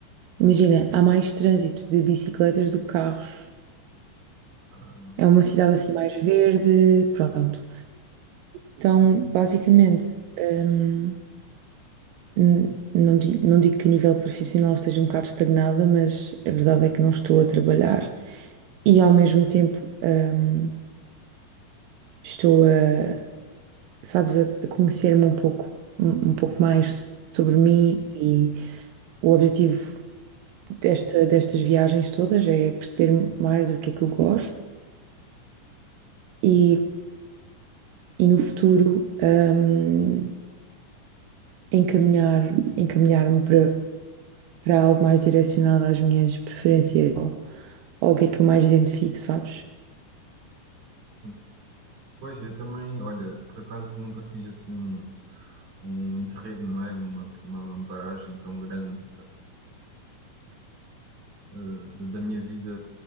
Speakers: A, on the right (about 85°); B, on the right (about 50°).
A: Imagina, há mais trânsito de bicicletas do que carros.
B: Ah,
A: É uma cidade assim mais verde, pronto.
B: certo,
A: Então,
B: sim,
A: basicamente, hum, n- não digo, não digo que a nível profissional esteja um bocado estagnada, mas a verdade é que não estou a trabalhar. E ao mesmo tempo, hum, Estou a, sabes, a a conhecer-me um pouco, um um pouco
B: sim,
A: mais sobre mim e o
B: sim,
A: objetivo desta, destas viagens todas é perceber mais do que é que eu gosto e, e no futuro, hum, encaminhar, encaminhar-me para, para algo mais direcionado às minhas preferências ou, ou o que é que eu mais identifico, sabes?
B: sim. Pois, eu também, olha, por acaso nunca fiz assim um, um interregno, não é? Uma, uma paragem tão grande eh, de- da minha vida